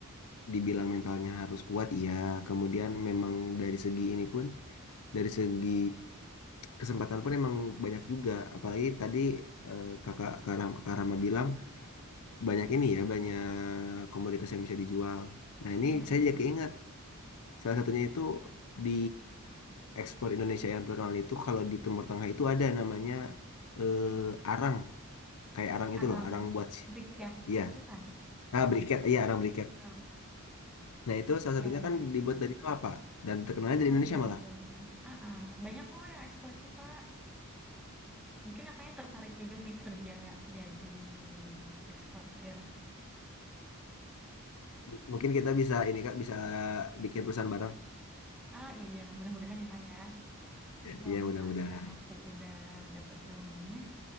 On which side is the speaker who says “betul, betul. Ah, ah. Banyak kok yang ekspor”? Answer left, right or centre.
Centre